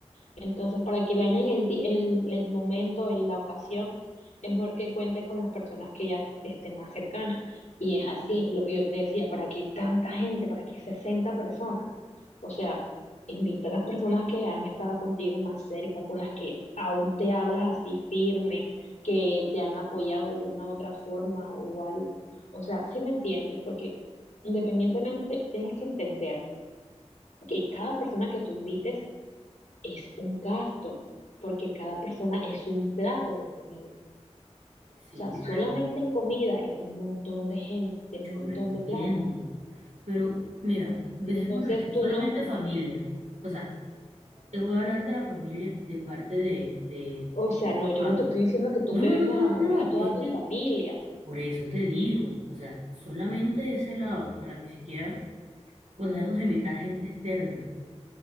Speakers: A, on the left (about 85°); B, on the right (about 80°).
A: Entonces, para que le añaden el, di- el, el momento, el- la ocasión, es mejor que cuente con las personas que ya estén más cercanas. Y es así, es lo que yo te decía, para que tanta gente, para que 60 personas. O sea, invita a las personas que han estado contigo más cerca, con las que aún te hablas así firme, que te han apoyado de alguna u otra forma o algo. O sea, si me entiendes, porque independientemente tienes que entender que cada persona que tú invites es un gasto, porque cada persona es un plato de comida. O
B: sí,
A: sea, solamente
B: yo lo, yo
A: en comida es un montón de gente, es un
B: lo
A: montón
B: entiendo.
A: de plata.
B: Pero mira, dejémoslo
A: Entonces
B: así,
A: tú
B: solamente
A: no,
B: familia. O sea, te voy a hablar de la familia de parte de, de,
A: o
B: de
A: sea,
B: tu
A: no,
B: papá.
A: yo no te estoy diciendo que tú
B: No,
A: me
B: no,
A: vengas
B: no, no,
A: a
B: no,
A: nombrar
B: no. no.
A: a toda
B: Es
A: tu
B: que
A: familia.
B: por eso te digo, o sea, solamente ese lado, para ni siquiera ponernos a invitar gente externa,